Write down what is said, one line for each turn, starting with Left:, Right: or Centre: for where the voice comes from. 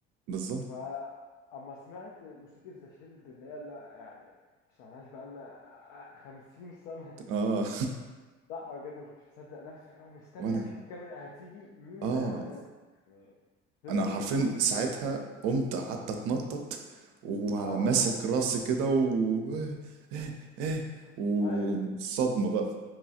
Right: بالظبط
Left: فأما سمعت موسيقى ذا شيلد اللي هي لا يعني ما سمعناش بقالنا خمسين سنة
Right: اه
Left: لا بجد ما كنتش مصدق نفسي اللي هو مستني
Right: <laughs> وانا
Left: أشوف الكاميرا هتيجي مين
Right: اه
Left: اللي هيبقى نازل يعني دين
Right: انا
Left: أمبرس
Right: حرفيا
Left: معقول
Right: ساعتها
Left: إيه؟
Right: قمت قعدت اتنطط وماسك
Left: اه والله
Right: راسي كده و <laughs> والصدمة
Left: ايوه
Right: بقى